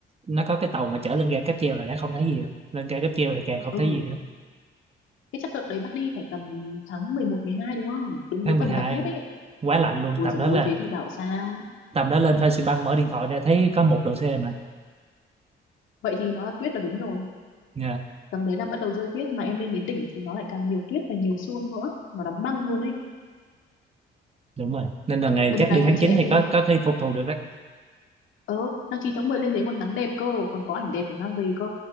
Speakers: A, on the right; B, on the left.
A: nó có cái tàu mà chở lên ga cáp treo là đã không thấy gì rồi. Lên ga cáp treo thì càng không
B: Ừ,
A: thấy gì nữa.
B: thế chắc đợt đấy bác đi phải tầm tháng mười một mười hai đúng không? Đúng
A: Tháng
B: cái
A: mười
B: tầm
A: hai
B: lạnh nhất ấy.
A: quá lạnh luôn
B: Ôi
A: tầm
B: dồi
A: đó
B: ôi,
A: là
B: thế thì bảo sao.
A: tầm đó lên Fansipan mở điện thoại ra thấy có một độ C mà.
B: Vậy thì nó là tuyết là đúng rồi.
A: Dạ,
B: Tầm đấy là bắt đầu rơi tuyết mà em lên đến đỉnh thì nó lại càng nhiều tuyết và nhiều sương nữa. Nó đóng băng luôn ấy.
A: Đúng rồi. Nên là ngày
B: Tầm
A: chắc
B: này
A: đi tháng
B: mà chị
A: 9
B: em
A: thì
B: mình
A: có có khi phục thù được đó.
B: Ờ, tháng 9 tháng 10 lên đấy còn nắng đẹp cơ, còn có ảnh đẹp để mang về cơ.